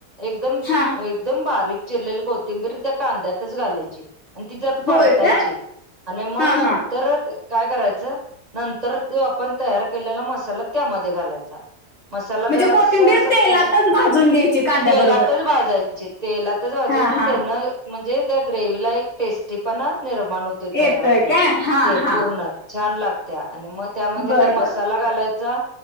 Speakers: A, on the right (about 25°); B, on the left (about 45°).
A: एकदम,
B: हा
A: एकदम बारीक चिरलेली कोथिंबीर. त्या कांद्यातच घालायची आणि ती जर परतायची
B: होय का
A: आणि मग
B: हा
A: न
B: हा
A: तर काय करायचं. नंतर जो आपण तयार केलेला मसाला त्यामध्ये घालायचा. मसाला
B: म्हणजे
A: जरा
B: कोथिंबीर
A: अस, अस
B: तेलातच
A: तेल
B: भाजून घ्यायची कांद्या
A: तेलातच
B: बरोबर
A: भाजायच तेलातच वाजयची
B: हा हा
A: त्यान, म्हणजे त्या ग्रेवला एक टेस्टी पणा नि मानवते
B: येतोय
A: तयार आपल्या
B: काय हा
A: ते
B: हा
A: पूर्ण छान लागत्या आणि मग त्यामध्ये
B: बर
A: ते मसाला
B: बर
A: घालायचा